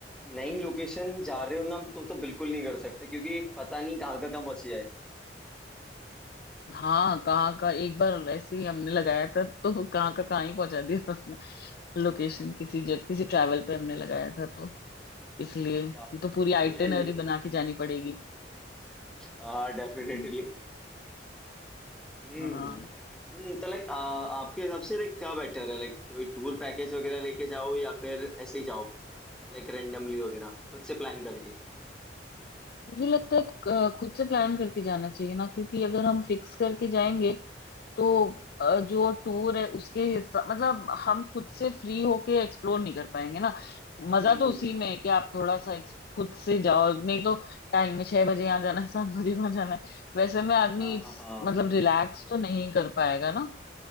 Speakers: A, in the centre; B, on the left (about 55°).
A: नई लोकेशन जा रहे हो ना तो तो बिल्कुल नहीं कर सकते क्योंकि पता नहीं कहाँ का कहाँ पहुंच जाए
B: हाँ कहाँ का एक बार ऐसे ही हमने लगाया था तो कहाँ का कहाँ ही पहुंचा दिया उसने लोकेशन किसी जगह किसी ट्रैवल पे हमने लगाया था तो इसलिए
A: लाइक
B: ये
A: आप
B: तो पूरी आइटिनरी
A: हुई ना
B: बना के जानी पड़ेगी
A: हाँ डेफिनेटली
B: हम्म,
A: हम्म
B: हाँ
A: हम्म, तो लाइक आपके हिसाब से लाइक क्या बेटर है लाइक कोई टूर पैकेज वगैरह लेके जाओ या फिर ऐसे ही जाओ लाइक रेंडमली वगैरह खुद से प्लान करके
B: मुझे लगता है अ, खुद से प्लान करके जाना चाहिए ना क्योंकि अगर हम फिक्स करके जाएंगे तो अ, जो टूर है उसके हिस्सा मतलब हम खुद से फ्री होके एक्सप्लोर नहीं कर पाएंगे ना मजा
A: हम्म
B: तो
A: हम्म
B: उसी
A: हम्म।
B: में है कि आप थोड़ा सा ex- खुद से जाओ नहीं तो टाइम में छह बजे यहाँ जाना है सात बजे वहां जाना है वैसे में आदमी
A: हाँ
B: इस-
A: हाँ हाँ
B: मतलब रिलैक्स तो नहीं कर पाएगा ना